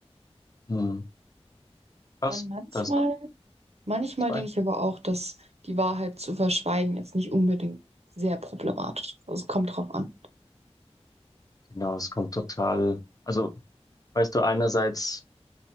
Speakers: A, on the left; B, on the right.
A: Mhm. Was?
B: manchmal,
A: Das waren
B: manchmal
A: zwei.
B: denke ich aber auch, dass die Wahrheit zu verschweigen jetzt nicht unbedingt sehr problematisch ist. Also es kommt drauf an.
A: Genau, es kommt total. Also, weißt du, einerseits